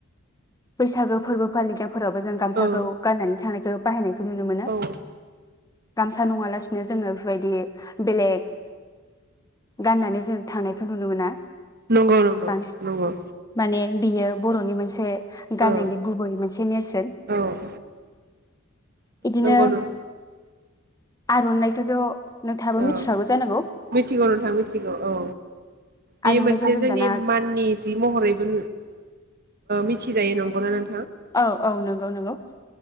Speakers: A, on the left; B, on the right.
A: बैसागो फोरबो फालिगोन फोरावबो जों गामसाखौ
B: औ
A: गाननानै थांनायखौ बाहायनायखौ नुनो मोनो
B: औ
A: गामसा नङालासिनो जोङो बेबायदि बेलेग गाननानै जों थांनायखौ नुनो मोना
B: नंगौ नंगौ
A: बांसिन
B: नंगौ
A: माने बियो बर'नि मोनसे गाननायनि
B: औ
A: गुबै मोनसे नेरसोन
B: औ
A: बिदिनो
B: नंगौ नों
A: आर'नाइखौथ' नोंथाङाबो
B: औ
A: मिथिखागौ जानांगौ
B: मिथिगौ नोंथाङ मिथिगौ औ बे
A: आर'नाइखौ
B: मोनसे
A: जों
B: जोंनि
A: दाना
B: माननि जि महरैबो मिथिजायो नंगौना नों
A: औ औ नंगौ नंगौ